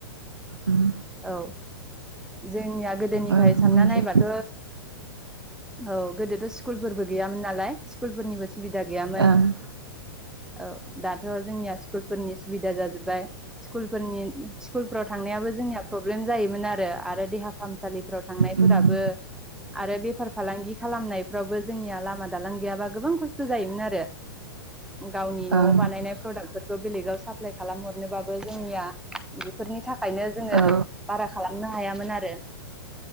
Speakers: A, on the right; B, in the centre.
A: उम
B: औ जोंनिया गोदोनिफ्राय
A: ओं
B: सानना
A: बुंसै
B: नायबाथ' औ गोदोथ' स्कुलफोरबो गैयामोन नालाय स्कुलफोरनिबो सुबिदा गैयामोन
A: ओं
B: औ दाथ' जोंनिया स्कुलफोरनि सुबिदा जाजोब फाय स्कुलफोरनि स्कुलफ्राव थांनायाबो जोंनिया प्रब्लेम जायोमोन आरो देहा फाहामसालि फोराव थांनायफोराबो
A: उम
B: आरो बेफार फालांगि खालामनायफ्रावबो जोंनिया लामा मा दालां गैयाबा गोबां खस्थ' जायोमोन आरो। गावनि
A: ओं
B: न'आव
A: औ
B: बानायनाय प्रडाक्टफोर खौ बेलेगाव साप्लाइ खालामहरनोबाबो जोंनिया बेफोरनि था खायनो जोंङो
A: ओं औ
B: बारा खालामनो हायामोन आरो।